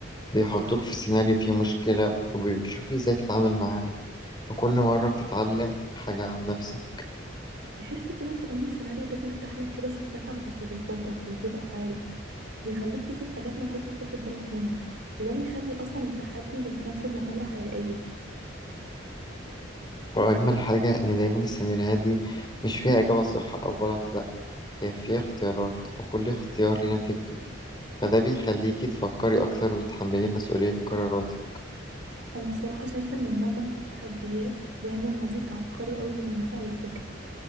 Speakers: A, on the left; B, on the right.
A: بيحطوك في سيناريو فيه مشكلة وبيشوف إزاي تتعامل معاها وكل مرة بتتعلم حاجة عن نفسك
B: تحس كده كأن السيناريو ده بيفتح لك كده شباك على تصرفاتك وردود أفعالك وبيخليك تشوف حاجات ما كنتش واخد بالك منها وده بيخلي أصلا التحدي ذات نفسه مغامرة حقيقية
A: وأجمل حاجة إن دايما السيناريوهات دي مش فيها إجابة صح أو غلط لأ هي فيها اختيارات وكل اختيار ليه نتيجته فده بيخليكي تفكري أكتر وتتحملي مسؤولية قراراتك
B: أنا الصراحة شايفة إن النوع ده من التحديات بيعمل مزيج عبقري قوي بين المتعة والفكرة